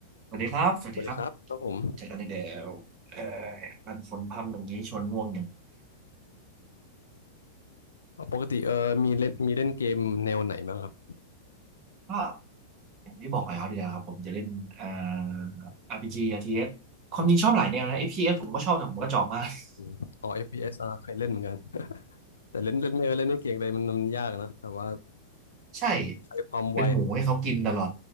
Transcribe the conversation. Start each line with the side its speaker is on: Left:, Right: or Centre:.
Right: สวัสดีครับ สวัสดีครับ
Left: สวัสดีครับครับผม
Right: เจอกันอีกแล้วเอ่อมันฝนพรำอย่างนี้ชวนง่วงอย่าง
Left: ปกติเออมีเล่นมีเล่นเกมแนวไหนบ้างครับ
Right: ก็อย่างที่บอกไปครับเดียวครับผมจะเล่นอ่า RPG RTS ความจริงชอบหลายแนวนะ
Left: อืม
Right: FPS ผมก็ชอบแต่ผมก็จองมา <laughs> ก
Left: อืมอ๋อ FPS อฟพีเอสอ่าเคยเล่นเหมือนกันแต่เล่นเล่นไม่เล่นไม่เก่งเลยมันมันยากนะแต่ว่า
Right: ใช่
Left: ใช้ความไวอะ
Right: เป็นหมูให้เขากินตลอด